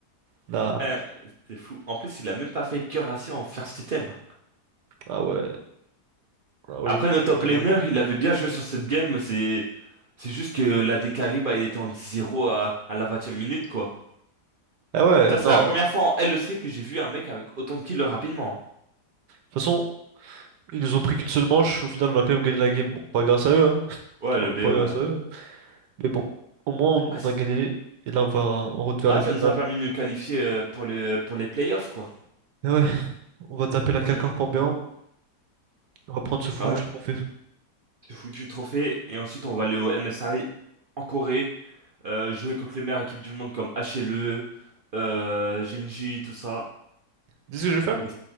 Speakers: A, on the right (about 80°); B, on the right (about 60°).
A: Là.
B: Euh, <laughs> c'est fou. En plus, il a même pas fait cœur assez en first item.
A: Ah ouais. Ah ouais,
B: Après, notre top
A: galère,
B: laner,
A: frère.
B: il avait bien joué sur cette game. C'est c'est juste que l'AD carry, bah, il était en 10-0 à, à la vingtième minute, quoi.
A: Ah ouais,
B: Ça, c'est
A: non.
B: la première
A: De
B: fois en LEC que j'ai vu un mec avec autant de kills rapidement.
A: toute façon, ils nous ont pris qu'une seule manche. Au final, on a quand même gagné la game. Bon, pas grâce à eux, hein.
B: hein. Ouais,
A: Clairement
B: le BO.
A: pas grâce
B: euh,
A: à eux. Mais bon, au moins, on,
B: ah, c'est-
A: on a gagné. Et là, on va en route vers
B: ouais,
A: la
B: ça
A: finale.
B: nous a permis de nous qualifier euh, pour les, pour les playoffs, quoi.
A: Et Ouais, On va taper la K-Corp
B: Les-
A: en bien. On va prendre ce fou
B: Ouais,
A: du trophée.
B: c'est foutu trophée. Et ensuite, on va aller au MSI en Corée, euh, jouer contre les meilleures équipes du monde comme HLE, euh, Genji, tout ça.
A: Tu sais ce que je vais faire?
B: Et